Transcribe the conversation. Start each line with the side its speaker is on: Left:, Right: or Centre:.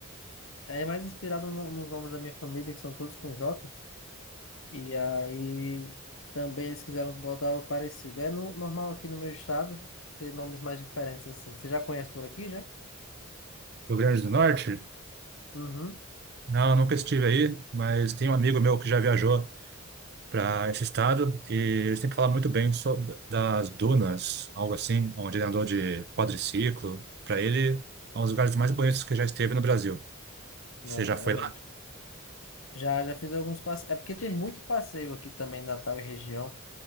Left: é mais inspirado no- nos nomes da minha família, que são todos com J. E aí também eles quiseram botar algo parecido. É no- normal aqui no meu estado ter nomes mais diferentes assim. Você já conhece por aqui, já?
Right: Rio Grande do Norte?
Left: Uhum.
Right: Não, nunca estive aí, mas tem um amigo meu que já viajou para esse estado e eles sempre fala muito bem sobre das dunas, algo assim, onde ele andou de quadriciclo. Para ele, é um dos lugares mais bonitos que já esteve no Brasil.
Left: Não,
Right: Você já
Left: realmente.
Right: foi lá?
Left: Já, já fiz alguns passeios. É porque tem muito passeio aqui também, Natal e região.